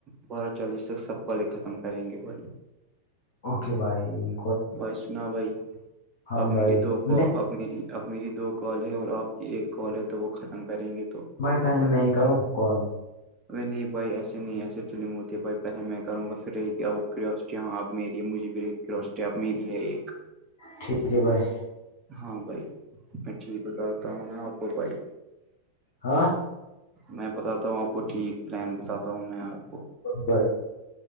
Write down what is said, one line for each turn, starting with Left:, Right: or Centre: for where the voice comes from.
Right: بارہ چالیس تک سب کالے ختم کریں گے بھائی
Left: اوکے بائی
Right: بھائی سنا بھائی
Left: ہاں
Right: اب
Left: بھائی
Right: میری تو
Left: میں
Right: اب میری اب میری دو کال ہے اور آپ کی ایک کال ہے تو وہ ختم کریں گے تو
Left: بھائی پہلے میں ہی کروں کال
Right: میں نہیں پائی ایسے نہیں ایسے چلی موتی ہے پھائی پہلے میں کروں گا پھر رہی کیا وہ کراسٹی یہاں آپ میری ہے مجھے بھی کراسٹی آپ میری ہے یہ
Left: ٹھیک ہے بھائی
Right: ہاں بھائی میں ٹھیک ب کرتا ہوں نا آپ کو بھائی
Left: ہاں
Right: میں بتاتا ہوں آپ کو ٹھیک پلان بتاتا ہوں میں آپ کو
Left: بائے